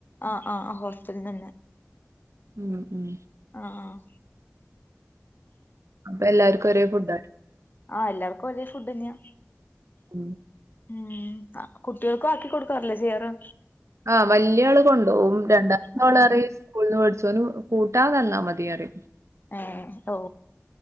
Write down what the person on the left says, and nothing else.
ആഹ് ആഹ് ആഹ് ഹോസ്റ്റലിൽ തന്നെ
ആഹ് ആഹ്
ആഹ് എല്ലാർക്കും ഒരേ ഫുഡ് തന്നെയാ
ഉം കുട്ടികൾക്കും ആക്കി കൊടുക്കാറില്ലേ ചെയ്യാറ്
ആ
ഏഹ് ട്ടോ